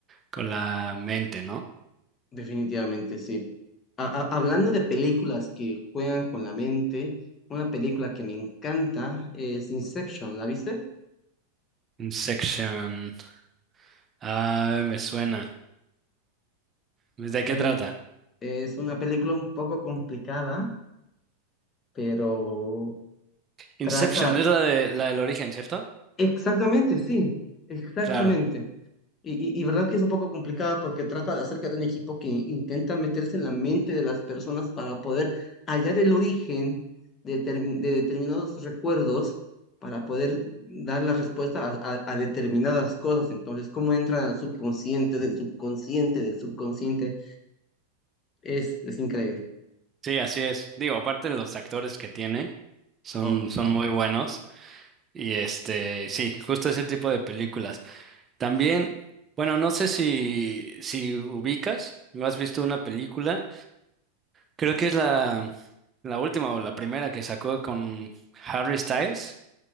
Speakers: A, on the right (about 25°); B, on the left (about 30°).
A: con la mente, ¿no?
B: definitivamente sí. A- a- hablando de películas que juegan con la mente, una película que me encanta es Inception, ¿la viste?
A: Inception. Ah, me suena. ¿De qué
B: Eh,
A: trata?
B: es una película un poco complicada pero trata,
A: Inception es la de la del origen, ¿cierto?
B: exactamente, sí, exactamente.
A: Claro.
B: Y, y, y verdad que es un poco complicada porque trata de acerca de un equipo que intenta meterse en la mente de las personas para poder hallar el origen de, determin- de determinados recuerdos, para poder dar la respuesta a, a- a determinadas cosas. Entonces, cómo entran al subconsciente, del subconsciente, del subconsciente, es, es increíble.
A: Sí, así es. Digo, aparte de los actores que tiene, son,
B: Oh.
A: son muy buenos. Y este, sí, justo ese tipo de películas. También, bueno, no sé si, si ubicas, ¿no has visto una película? Creo que es la, la última o la primera que sacó con Harry Styles,